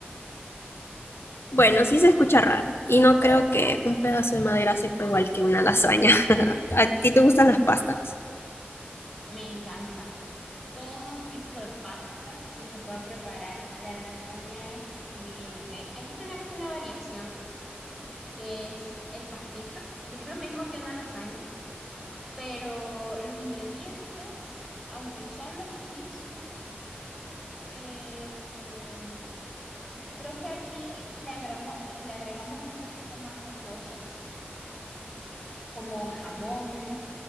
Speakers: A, on the left; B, in the centre.
A: Bueno, sí se escucha raro y no creo que un pedazo de madera sepa igual que una lasaña. <laughs> ¿A ti te gustan las pastas?
B: Me encantan todo tipo de pastas que se pueda preparar. La lasaña es divina, ¿ok? Aquí tenemos una variación que es el pasticho, que es lo mismo que una lasaña pero los ingredientes, aunque son los mismos, eh, creo que aquí le agregamos, le agregamos un poquito más de cosas, como jamón,